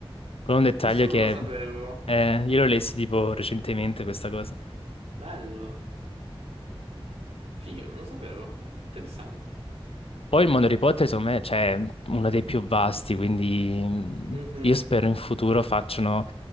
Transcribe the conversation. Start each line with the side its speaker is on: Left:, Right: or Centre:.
Left: con un dettaglio
Right: Questo non
Left: che
Right: lo sapevo.
Left: eh, io lo lessi tipo recentemente questa cosa.
Right: Bello. Figo, non lo sapevo. Interessante.
Left: Poi il mondo Harry Potter, secondo me, cioè, è uno dei più vasti, quindi mm,
Right: Mhm.
Left: io spero in futuro facciano